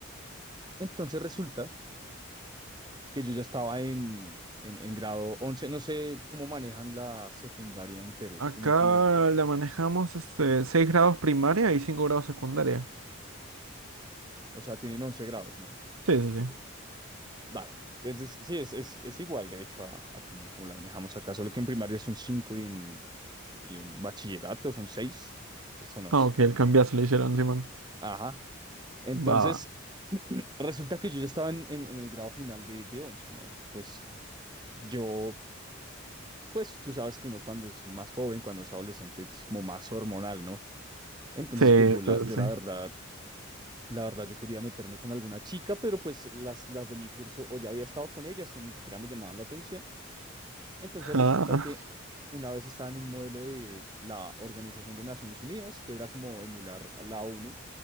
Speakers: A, on the right; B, on the right.
A: Entonces resulta que yo ya estaba en, en, en grado once No sé cómo manejan la secundaria en Perú,
B: Acá
A: como, como,
B: la manejamos este, 6 grados primaria y 5 grados secundaria.
A: o sea, tienen 11 grados, ¿no?
B: Sí, sí, sí.
A: Entiendo. Vale. Entonces, sí, es, es, es igual, de hecho, a, a como, como la manejamos acá, solo que en primaria son 5 y en, y en bachillerato son seis son once
B: Ah, ok, el cambiazo le hicieron, Simón.
A: Ajá. Entonces,
B: Va, va.
A: <clears throat> resulta que yo ya estaba en, en, en el grado final de, de once ¿no? Pues yo Pues tú sabes que uno cuando es más joven, cuando es adolescente, es como más hormonal, ¿no? Entonces,
B: Sí,
A: pues yo la,
B: sí,
A: yo
B: sí.
A: la verdad, la verdad, yo quería meterme con alguna chica, pero pues las, las de mi curso o ya había estado con ellas o ni siquiera me llamaban la atención. Entonces
B: Ah.
A: resulta que una vez estaba en un modelo de la Organización de Naciones Unidas, que era como emular a la ONU.